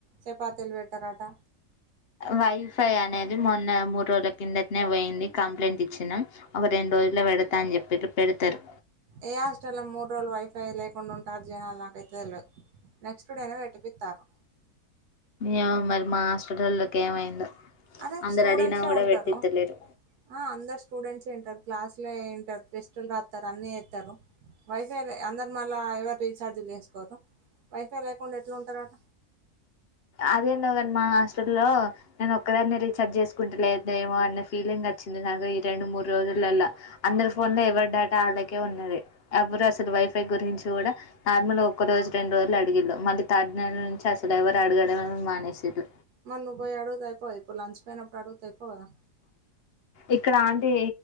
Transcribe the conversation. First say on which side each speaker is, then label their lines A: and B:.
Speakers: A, on the right; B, on the left.
A: చెప్ పాతెల్ పెట్టరంట
B: వైఫై అనేది మొన్న మూడు రోజుల కిందటనే పోయింది కంప్లైంట్ ఇచ్చినాం ఒక రెండు రు రోజుల పెడతా అని చెప్పిరు పెడతారు
A: ఏ హాస్టల్లో మూడు రోజులు వైఫై లేకుండ ఉంటారు జనాలు నాకైతే తెలిదు నెక్స్ట్ డేనే పెట్టిపితారు
B: ఏమో మరి మా హాస్టల్లటోల్లోకి ఏమైందో
A: అరే
B: అందరు
A: స్టూడెంట్సే
B: అడిగినా కూడా
A: ఉంటారు
B: పెట్టిత్తలేరు
A: ఆ అందరు స్టూడెంట్సే ఉంటారు క్లాస్ లో ప్రస్టలు రాస్తారు అన్ని వేస్తారు వైఫెలే అందరు మళ్ళా ఎవరు రీఛార్జీలు చేసుకోరు వైఫై లేకుండ ఎట్లా ఉంటారట
B: అదేందో గాని మా హాస్టల్ లో నేను ఒక్కదాని రీఛార్జ్ చేసుకుంట లేదేమో అన్న ఫీలింగ్ అ వచ్చింది నాకు ఈ రెండు మూడు రోజుల అందరు ఫోన్ లో ఎవరి డేటా ఆళ్కే ఉన్నది ఎవరు అసలు వైఫై గురించి కూడ నార్మల్గా ఒక్క రోజు రెండు రోజులు అడిగిళ్ మళ్ళ థర్డ్ డె నుంచి అసలు ఎవ ఇ అడగడమె మానేసిట్లు
A: మరి నువ్వు పోయి అడుగుతే అయిపోవు ఇప్పుడు లంచ్ పోయినప్పుడు అడుగుతే అయిపోవు కదా
B: ఇక్కడ అంటే